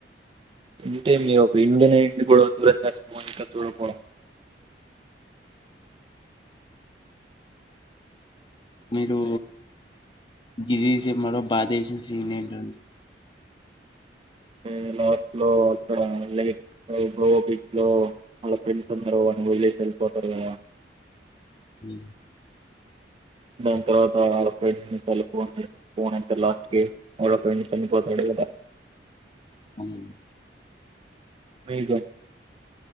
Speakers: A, on the right (about 30°); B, on the left (about 25°).
A: ఇంటే మీరు ఒక ఇండియన్ నైట్ ని కూడా దురంధర్ సినిమా ఇంకా చూడకపోవడం
B: మీరు జిదిసి మరో బాధ వేసిన సీన్ ఏంటి అండి
A: ఏ లాక్ లో అక్కడ లేయిక్ ఆ గోవా బీచ్ లో వాళ్ళ ఫ్రెండ్స్ అందరు వాన్ని వదిలేసి వెళ్ళిపోతారు కదా
B: హు
A: దాన్ తర్వాత ఆడ ఫ్రెండ్ ఫోన్ ఎత్తి లాస్ట్ కి వాళ్ళ ఫ్రెండ్స్ అన్ని పోతాడు కదా
B: అవును
A: వేగం